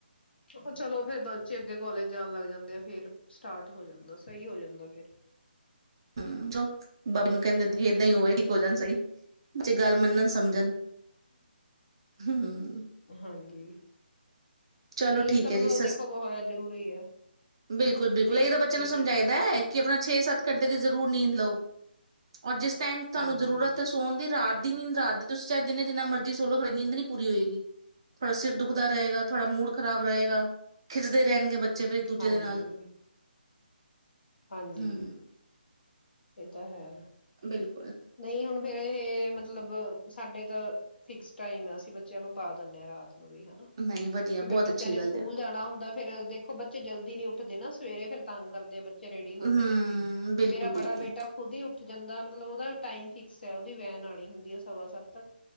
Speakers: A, on the left (about 70°); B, on the right (about 25°).
A: ਉਹ ਚਲੋ ਫਿਰ, ਬੱਚੇ ਅੱਗੇ ਕੋਲਜ ਜਾਣ ਲੱਗ ਜਾਂਦੇ ਆ, ਫਿਰ ਸਟਾਰਟ ਹੋ ਜਾਂਦਾ ਸਹੀ ਹੋ ਜਾਂਦਾ ਫਿਰ
B: ਹਮ, ਚਲ ਬਾਬੇ ਨੂੰ ਕਹਿੰਦੇ ਏਦਾਂ ਹੀ ਹੋਏ, ਉਹ ਠੀਕ ਹੋ ਜਾਣ ਸਹੀ। ਜੇ ਗੱਲ ਮੰਨਣ, ਸਮਝਣ, ਹਮ
A: ਹਾਂਜੀ
B: ਚਲੋ
A: ਨੀਂਦ
B: ਠੀਕ
A: ਤਾਂ
B: ਹੈ
A: ਮਤਲਬ
B: ਜੀ, ਸ
A: ਦੇਖੋ ਬਹੁਤ ਜ਼ਰੂਰੀ ਹੈ
B: ਬਿਲਕੁਲ- ਬਿਲਕੁਲ
A: ਨਹੀਂ
B: ਇਹ ਤਾਂ
A: ਹਜੇ
B: ਬੱਚਿਆਂ
A: ਪਈ
B: ਨੂੰ ਸਮਝਾਈਦਾ
A: ਹਾਂਜੀ
B: ਹੈ, ਕਿ ਆਪਣਾ ਛੇ ਸੱਤ- ਘੰਟੇ ਦੀ ਜ਼ਰੂਰ ਨੀਂਦ ਲਓ। ਔਰ ਜਿਸ ਟਾਈਮ ਤੁਹਾਨੂੰ
A: ਹਾਂਜੀ
B: ਜ਼ਰੂਰਤ ਹੈ ਸੋਣ ਦੀ ਰਾਤ ਰਾ ਨੀਂਦ ਰਾਤ ਦੀ ਤੁਂ ਚਾਹਿਨੇ ਜਿੰਨਾ ਮਰਜ਼ ਸੋਲੋ ਤੁਹਾਡੀ ਨੀਦੀ ਪੂਰੀ ਹੋਏਗੀ ਥਹਾੜਾ ਸਿਰ ਦੁੱਖ ਦਾ ਰਹੇਗਾ, ਥੋੜਾ ਮੂਡ ਖ਼ਰਾਬ ਰਹੇਗਾ। ਖਿੱਝਦੇ ਰਹਿਣਗੇ ਬੱਚੇ ਫਿਰ ਇੱਕ ਦੂਜੇ
A: ਹਾਂਜੀ
B: ਦੇ ਨਾਲ
A: ਹਾਂਜੀ
B: ਹਮ
A: ਇਹ ਤਾਂ ਹੈ
B: ਬਿਲਕੁਲ
A: ਨਹੀਂ ਹੁਣ ਫੇਰ ਇਹ ਮਤਲਬ ਸਾਡੇ ਦਾ ਫਿਕਸ ਟਾਈਮ ਹੈ ਅਸੀਂ ਬੱਚਿਆਂ ਨੂੰ ਪਾ ਦਿੰਦੇ ਹਾਂ ਰਾਤ ਵੀ ਹਨਾ
B: ਨਹੀਂ ਵਧੀਆ
A: ਕਿਉਂਕਿ ਫੇਰ
B: ਬਹੁਤ
A: ਬੱਚਿਆਂ
B: ਅੱਛੀ
A: ਨੇ
B: ਗੱਲ
A: ਸਕੂਲ
B: ਹੈ
A: ਜਾਣਾ ਹੁੰਦਾ ਫੇਰ ਦੇਖੋ ਬੱਚੇ ਜਲਦੀ ਨੀ ਉੱਠਦੇ ਨਾ ਸਵੇਰੇ ਫਿਰ ਤੰਗ ਕਰਦੇ ਆ ਬੱਚੇ ਰੇਡੀ ਹੋਣ
B: ਹਮ
A: ਚ
B: ਬਿਲਕੁਲ
A: ਹੁਣ ਮੇਰਾ
B: ਬਿਲਕੁਲ
A: ਬੜਾ ਬੇਟਾ ਖੁਦ ਹੀ ਉੱਠ ਜਾਂਦਾ ਮਤਲਬ ਉਹਦਾ ਮ ਫਿਕਸ ਹੈ ਉਹਦੀ ਵੈਨ ਆਉਣੀ ਹੁੰਦੀ ਹੈ ਸਵਾ ਸੱਤ ਤੱਕ